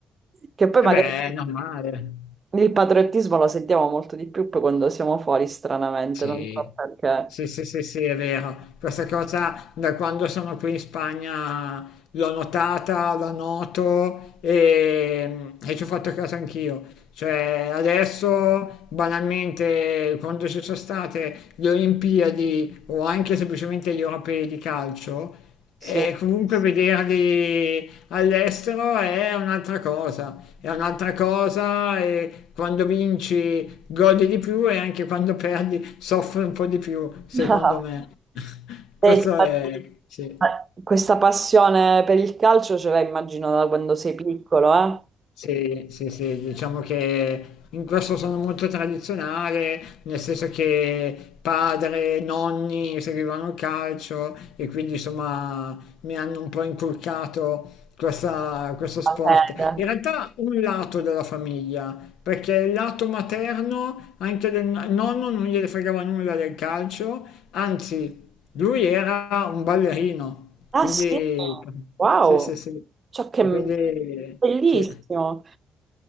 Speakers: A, on the right; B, on the left.
A: Che poi
B: E
A: magari
B: beh, è normale.
A: il patriottismo lo sentiamo molto di più poi quando siamo fuori, stranamente,
B: Sì.
A: non so perché.
B: Sì, sì, sì, sì, è vero. Questa cosa da quando sono qui in Spagna l'ho notata, la noto e, e ci ho fatto caso anch'io. Cioè, adesso banalmente, quando ci sono state le Olimpiadi o anche semplicemente gli europei di calcio,
A: Sì.
B: e comunque vederli all'estero è un'altra cosa, è un'altra cosa e quando vinci gode di più e anche quando perdi soffre un po' di più, secondo
A: <laughs>
B: me. <laughs> Questo
A: Senti,
B: è... sì.
A: Eh, Questa passione per il calcio ce l'hai, immagino, da quando sei piccolo, eh?
B: Sì, sì, sì, diciamo che in questo sono molto tradizionale, nel senso che padre, nonni seguivano il calcio e quindi insomma mi hanno un po' inculcato questa- questo sport.
A: La fede.
B: In realtà un lato della famiglia, perché il lato materno, anche del no- nonno non gliene fregava nulla del calcio, anzi lui era un ballerino,
A: Ah
B: quindi
A: sì? Wow!
B: sì, sì, sì.
A: Ciò che...
B: E quindi
A: Bellissimo!
B: sì.